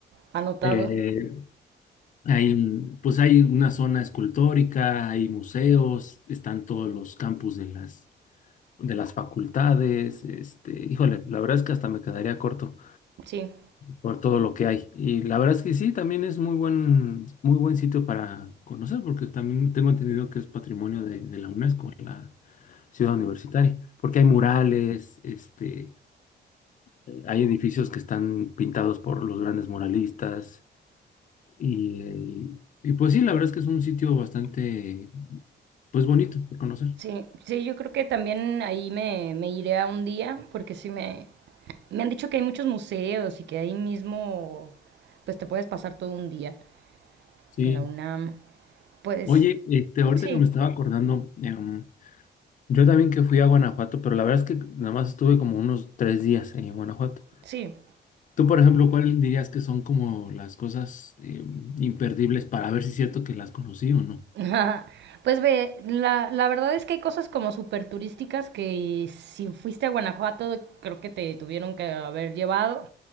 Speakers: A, on the right (about 75°); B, on the left (about 45°).
A: anotado,
B: Eh, hay, un- pues hay una zona escultórica, hay museos, están todos los campus de las, de las facultades. Este, híjole, la verdad es que hasta me quedaría corto.
A: sí.
B: por todo lo que hay. Y la verdad es que sí, también es muy buen, muy buen sitio para conocer, porque también tengo entendido que es patrimonio de, de la UNESCO, la ciudad universitaria, porque hay murales, este, eh, hay edificios que están pintados por los grandes muralistas, y, eh, y pues sí, la verdad es que es un sitio bastante, pues bonito por conocer.
A: Sí, sí, yo creo que también ahí me, me iré a un día, porque sí me, me han dicho que hay muchos museos y que ahí mismo, pues te puedes pasar todo un día
B: Sí.
A: en la UNAM. Pues
B: Oye, este, ahorita
A: sí,
B: que me estaba acordando, em, yo también que fui a Guanajuato, pero la verdad es que nada más estuve como unos tres días en Guanajuato.
A: sí.
B: Tú, por ejemplo, ¿cuál dirías que son como las cosas eh, imperdibles para ver si es cierto que las conocí o no?
A: Ajá. Pues ve, la, la verdad es que hay cosas como súper turísticas que si fuiste a Guanajuato creo que te tuvieron que haber llevado,